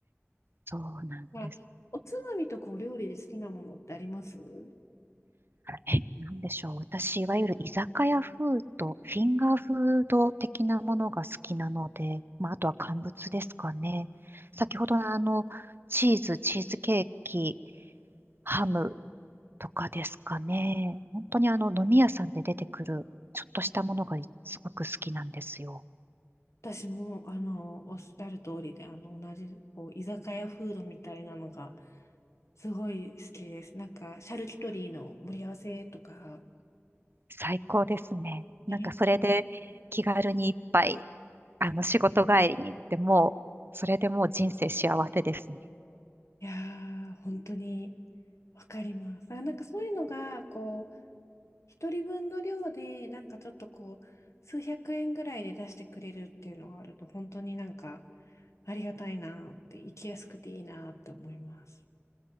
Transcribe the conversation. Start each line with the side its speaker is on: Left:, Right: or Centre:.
Right: そうなんです。
Left: まあ、おつまみとかお料理で好きなものってあります
Right: え、なんでしょう。私、いわゆる居酒屋風とフィンガーフード的なものが好きなので、まあ、あとは乾物ですかね。先ほどのあの、チーズ、チーズケーキ、ハムとかですかね。本当にあの、飲み屋さんで出てくる、ちょっとしたものがすごく好きなんですよ。
Left: 私も、あの、おっしゃる通りで、あの、同じ、こう、居酒屋フードみたいなのが、すごい好きです。なんか、シャルキュトリーの盛り合わせとか、
Right: 最高ですね。
Left: ね、
Right: なんかそれで気軽に一杯、あの、仕事帰りに行ってもう、それでもう人生幸せですね。
Left: いやー、本当に、わかります。あ、なんかそういうのが、こう、一人分の量で、なんかちょっとこう、数百円ぐらいで出してくれるっていうのがあると、本当になんか、ありがたいなって、行きやすくていいなって思います。